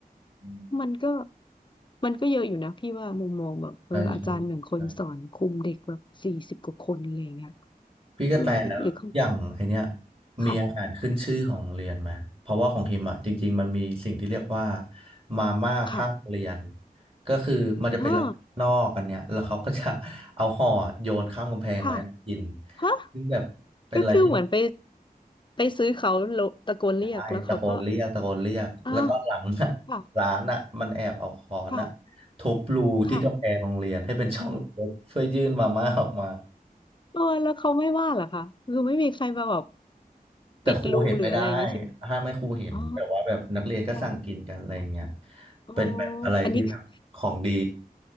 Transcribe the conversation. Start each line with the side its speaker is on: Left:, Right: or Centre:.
Right: ม
Left: มันก็มันก็เยอะอยู่นะพี่ว่ามุมมองแบบเอออาจารย์หนึ่งคนสอนคุมเด็กแบบสี่สิบกว่าคนอะไรอย่างเงี้ย
Right: ใช่ใช่ใช่พี่กระแตแล้วอย่างไอเนี้ย
Left: อืมหรือเขาค่ะ
Right: มีอาหารขึ้นชื่อของโรงเรียนไหมเพราะว่าของฮิมอ่ะจริงๆมันมีสิ่งที่เรียกว่ามาม่าข้างโรงเรียน
Left: ค่ะ
Right: ก็คือมันจะเป็นร้านนอกอันเนี้ยแล้วเขาก็จะ
Left: ฮ่า
Right: เอาห่อโยนข้ามกำแพงมาให้กิน
Left: ค่ะฮะ
Right: ซึ่งแบบเป็นอะไรที่
Left: ก็คือเหมือนไปไปซื้อเขาโลตะโกนเรียกแล้วเขาก็
Right: ใช่ตะโกนเรียกตะโกนเรียกแล้วตอนหลังน่ะ
Left: อ่าค่ะ
Right: ร้านน่ะมันแอบเอาค้อนอ่ะ
Left: ค่ะ
Right: ทุบรูที่กำแพงโรงเรียนให้เป็นช่องเล็ก
Left: ค่ะ
Right: <laughs> ๆเพื่อยื่นมาม่าออกมา
Left: เออแล้วเขาไม่ว่าเหรอคะคือไม่มีใครมาแบบ
Right: แต่ครูเห็นไม่ได้
Left: ปิดรูหรืออะไรอย่างงี้ใช่ไหม
Right: ห้ามไม่ครูเห็นแต่ว่าแบบนักเรียนก็สั่งกินกันอะไรอย่างเงี้ย
Left: อ๋อค่ะอ๋อ
Right: เป็นแบบอะไรที่แบบของดี
Left: อันนี้คือ